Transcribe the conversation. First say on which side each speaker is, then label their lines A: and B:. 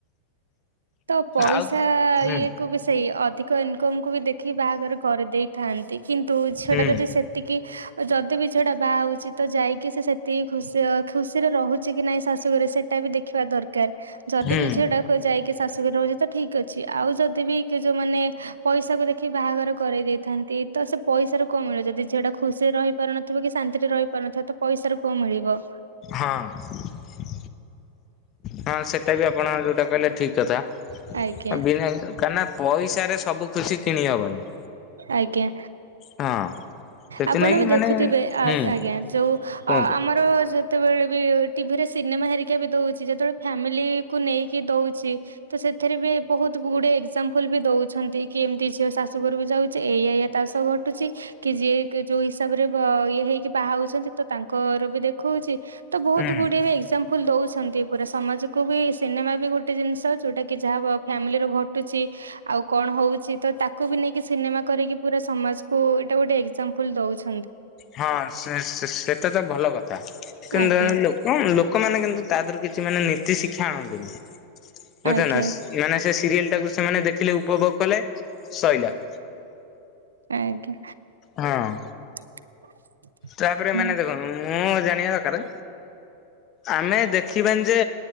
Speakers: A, on the right; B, on the left.
A: ତ ପଇସା
B: ଆଉ ହୁଁ
A: ଇଏ କୁ ବି ସେଇ ଅ ଅଧିକ ଇନକମ୍ କୁ ବି ଦେଖିକି ବାହାଘର କରିଦେଇଥାନ୍ତି କିନ୍ତୁ ଝିଅଟା
B: ହୁଁ
A: ଯଦି ସେତିକି ଯଦି ବି ଝିଅଟା ବାହା ହେଉଛି ତ ଯାଇକି ସେ ସେତିକି ଖୁସି ଖୁସିରେ ରହୁଛି କି ନାଇଁ ଶାଶୁଘରେ ସେଟା ବି ଦେଖିବା ଦରକାର। ଯଦି
B: ହୁଁ
A: ବି ଝିଅଟା କୁ ଯାଇକି ଶାଶୁଘରେ ରହୁଛି ତ ଠିକି ଅଛି। ଆଉ ଯଦି ବି କି ଯଉ ମାନେ ପଇସାକୁ ଦେଖିକି ବାହାଘର କରେଇ ଦେଇ ଥାନ୍ତି ତ ସେ ପଇସାରୁ କଣ ମିଳିବ ଯଦି ଝିଅଟା ଖୁସିରେ ରହିପାରୁନଥିବ କି ଶାନ୍ତିରେ ରହିପାରୁନଥିବ ତ ପଇସାରୁ କଣ ମିଳିବ।
B: ହଁ। ହଁ ସେଟା ବି ଆପଣ ଯଉଁଟା କହିଲେ ଠିକ୍ କଥା।
A: ଆଜ୍ଞା
B: ବିନା କାନା ପଇସାରେ ସବୁ ଖୁସି କିଣି ହବନି।
A: ଆଜ୍ଞା।
B: ହଁ। ସେଥିଲାଗି
A: ଆପଣ ବି ଦେଖୁଥିବେ
B: ମାନେ
A: ଆ
B: ହୁଁ
A: ଆଜ୍ଞା ଯୋଉ
B: କୁହନ୍ତୁ
A: ଅ ଆମର ଯ ଯେତେବେଳେ ବି ଟିଭିରେ ସିନେମା ହେରିକା ବି ଦେଉଛି ଯେତେବେଳେ ଫ୍ୟାମିଲିକୁ ନେଇକି ଦଉଛି ତ ସେଥିରେ ବି ବହୁତୁ ଗୁଡେ ଏକ୍ସାଜାମ୍ ବି ଦଉଛନ୍ତି କି ଏମିତି ଝିଅ ଶାଶୁଘରକୁ ଯାଉଛି ଏଇଆ ଏଇଆ ତା ସହ ଘଟୁ ଘଟୁଛି। କି ଯିଏ ଯୋଉ ହିସାବ ଘ ରେ ଇଏ ବାହାହଉଛନ୍ତି ତ ତାଙ୍କର ବି ଦେଖଉଛି। ତ ବହୁତୁ
B: ହୁଁ
A: ଗୁଡିଏ ଏକ୍ସାମ୍ପୁଲୁ ଦଉଛନ୍ତି ପୁରା ସମାଜକୁ ବି ସିନେମା ବି ଗୋଟେ ଜିନିଷ ଯେଉଁଟାକି ଯାହା ଫ୍ୟାମିଲିର ଘଟୁଛି ଆଉ କଣ ହଉଛି ତ ତାକୁ ବି ନେଇକି ସିନେମା କରିକି ପୁରା ସମାଜକୁ ଏଇଟା ଗୋଟେ ଏକ୍ଜାମପୁଲୁ ଦଉଛି।
B: ହଁ ସେ ସେଟା ତ ଭଲ କଥା। କିନ୍ତୁ
A: ଆଜ୍ଞା
B: ଦେଲା ବେଳକୁ ଲୋକମ୍ ଲୋକ ଲୋକମାନୋ କିନ୍ତୁ ତା ଦେହରୁ କିଛି ମାନେ ନୀତି ଶିକ୍ଷା ଆଣନ୍ତିନି। ବୁଝେନାସ
A: ଆଜ୍ଞା।
B: ମାନେ ସେ ସିରିଏଲ ଟାକୁ ସେମାନେ ଦେଖିଲେ ଉପଭୋଗ କଲେ ସଇଲା।
A: ଆଜ୍ଞା।
B: ହଁ।
A: <unintelligible>
B: ତାପରେ
A: ହୁଁ।
B: ମାନେ ଦେଖନ୍ତୁ ମୁଁ ଜାଣିବା ଦରକାର ଆମେ ଦେଖିବାନି ଯେ